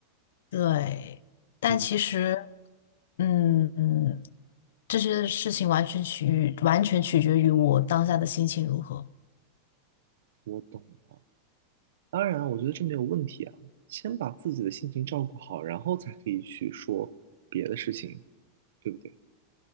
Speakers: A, on the left; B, on the right.
A: 对，但其实，
B: 嗯，
A: 嗯。这些事情完全取于完全取决于我当下的心情如何，
B: 我懂了。当然啊，我觉得这没有问题啊。先把自己的心情照顾好，然后才可以去说别的事情，对不对？